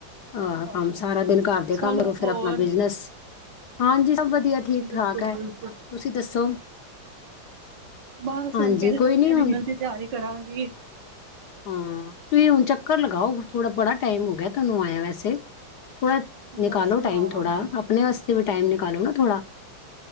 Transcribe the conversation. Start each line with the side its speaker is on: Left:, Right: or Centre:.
Left: ਆਹ
Right: ਹਾਂ
Left: ਕੰਮ ਸਾਰਾ ਦਿਨ ਘਰਦੇ
Right: ਚਲੋ
Left: ਕੰਮੋ ਫਿਰ
Right: ਹੋਰ
Left: ਆਪਣਾ ਬਿਜਨਸ ਹਾਂਜੀ। ਸਭ ਵਧੀਆ ਠੀਕ
Right: ਬਿਲਕੁਲ
Left: ਠਾਕ ਹੈ
Right: ਬਿਲਕੁਲ
Left: ਤੁਸੀਂ ਦੱਸੋ
Right: ਬਸ
Left: ਹਾਂਜੀ
Right: ਹੁਣ ਕਹਿ ਤਾਂ
Left: ਕੋਈ
Right: ਰਹੀ
Left: ਨੀ
Right: ਆ
Left: ਹੁਣ
Right: ਡਿਨਰ ਦੀ ਤਿਆਰੀ ਕਰਾਂਗੀ।
Left: ਹਾਂ ਤੁਸੀ ਹੁਣ ਚੱਕਰ ਲਗਾਓ ਥੋੜ੍ਹਾ ਬੜਾ ਟਾਈਮ ਹੋ ਗਿਆ ਤੁਹਾਨੂੰ ਆਇਆ ਵੈਸੇ ਥੋੜ੍ਹਾ ਨਿਕਾਲੋ
Right: ਬਸ ਹੁਣ
Left: ਟਾਈਮ
Right: ਆਵਾਂਗੀ
Left: ਥੋੜ੍ਹਾ ਆਪਣੇ ਵਾਸਤੇ ਵੀ ਟਾਈਮ ਨਿਕਾਲੋ ਨਾ ਥੋੜ੍ਹਾ